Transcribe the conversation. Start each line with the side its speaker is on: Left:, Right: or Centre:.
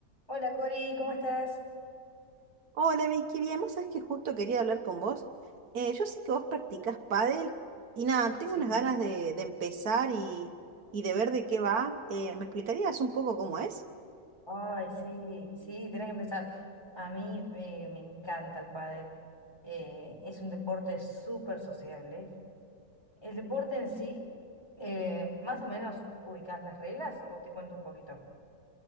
Left: Hola Cori, ¿cómo estás?
Right: Hola Vicky, bien, vos sabés que justo quería hablar con vos. Eh, yo sé que vos practicás pádel y nada, tengo
Left: Sí,
Right: unas ganas de, de empezar y, y de ver de qué va. Eh, ¿me explicarías un poco cómo es?
Left: ay, sí, sí, tenés que empezar. A mí eh, me encanta el pádel. Eh, es un deporte súper sociable. El deporte en sí, eh, más o menos, ¿ubicás las reglas o te cuento un poquito?